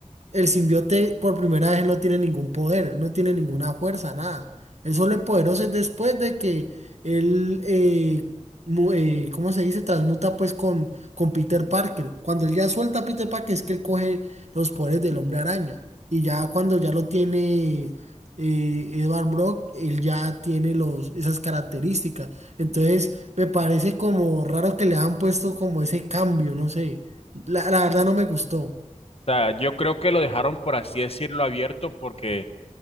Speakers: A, on the right; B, on the left.
A: el simbiote por primera vez no tiene ningún poder, no tiene ninguna fuerza, nada. Él solo es poderoso es después de que él, eh, mu- eh, ¿cómo se dice? Transmuta pues con, con Peter Parker. Cuando él ya suelta a Peter Parker es que él coge los poderes del hombre araña. Y ya cuando ya lo tiene eh, Edward Brock, él ya tiene los, esas características. Entonces me parece como raro que le han puesto como ese cambio, no sé. La, la verdad no me gustó.
B: O sea, yo creo que lo dejaron, por así decirlo, abierto porque...